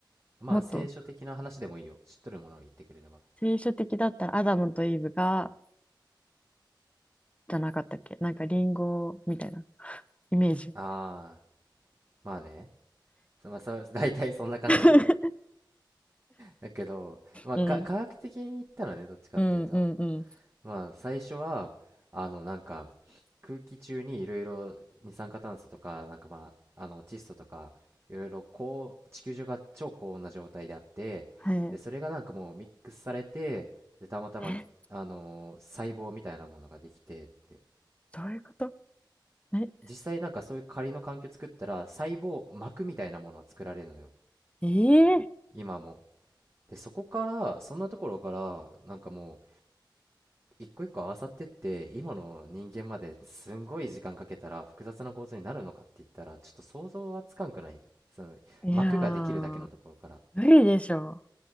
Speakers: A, on the right (about 30°); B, on the left (about 15°).
A: まあ、
B: もっと、
A: 聖書的な話でもいいよ。知っとるものを言ってくれれば。
B: 聖書的だったらアダムとイブが、じゃなかったっけなんかリンゴみたいなイメージ。
A: ああ、まあね。そまあ、そう、<laughs> 大体そんな感じ
B: <laughs>
A: だけど、まあ、
B: うん。
A: か、科学的に言ったらね、どっちかっていうと、
B: うんうんうん。
A: まあ、最初は、あの、なんか、空気中にいろいろ二酸化炭素とか、なんかまあ、あの、窒素とか、いろいろ高、地球上が超高温な状態であって、
B: はい。
A: で、それがなんかもうミックスされて、で、たまたまぎ、
B: え、
A: あのー細胞みたいなものができてって。
B: どういうことえ、
A: 実際なんかそういう仮の環境作ったら細胞膜みたいなものは作られるのよ
B: ええ
A: 今もでそこからそんなところからなんかもう一個一個合わさってって今の人間まですんごい時間かけたら複雑な構造になるのかって言ったらちょっと想像はつかんくないその膜ができるだけのところから
B: いやー、無理でしょ。